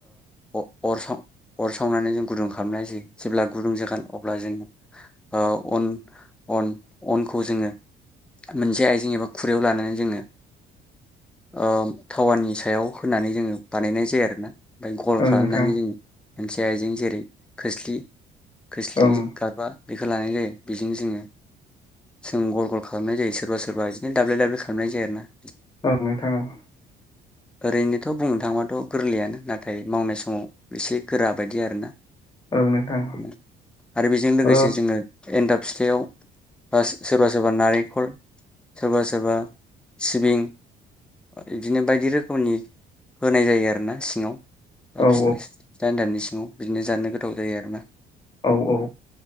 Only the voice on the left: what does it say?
ओं
नोंथां
ओं
औ नोंथां औ।
ओं ओं नोंथां ओं नोंथां
ओ
औ
औ औ